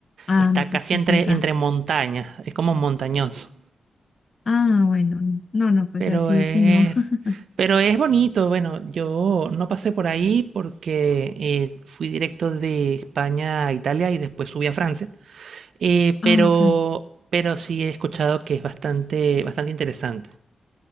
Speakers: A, on the left; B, on the right.
A: Ah,
B: Está
A: no te
B: casi
A: estoy
B: entre,
A: equivocada.
B: entre montañas, es como montañoso.
A: Ah, bueno, no, no, pues
B: Pero
A: así
B: es,
A: sí, no. <laughs>
B: pero es bonito. Bueno, yo no pasé por ahí porque eh, fui directo de España a Italia y después subí a Francia. Eh,
A: Ah,
B: pero,
A: ok.
B: pero sí he escuchado que es bastante, bastante interesante.